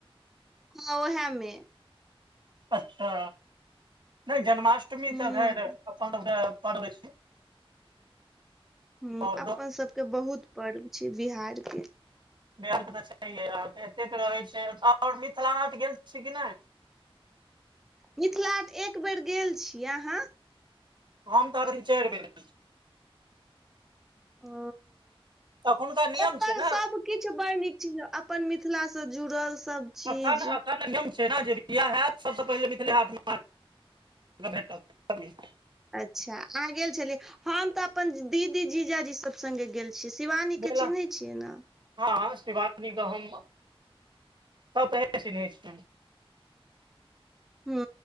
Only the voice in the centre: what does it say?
हँ ओहामे
हूँ
हूँ
अपन
सबके बहुत पर्व छै बिहार के
मिथिलाहाट एक बेर गेल छी अहाँ?
ओ
ओतऽ
सब किछु बड़ नीक चीज अपन मिथिलाँ जुड़ल सब चीज
अच्छा अहाँ गेल छलियै, हम तऽ अपन दीदी जीजाजी सब संगे गेल छी शिवानीके
चिन्हैत छियै ने?
हू